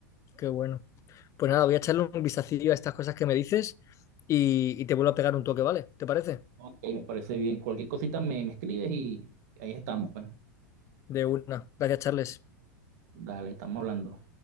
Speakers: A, on the left; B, on the right.
A: qué bueno. Pues nada, voy a echarle un vistacillo a estas cosas que me dices y, y te vuelvo a pegar un toque, ¿vale? ¿Te parece?
B: Ok, me parece bien. Cualquier cosita me, me escribes y ahí estamos, pues.
A: De una. Gracias, Charles.
B: Dale, estamos hablando.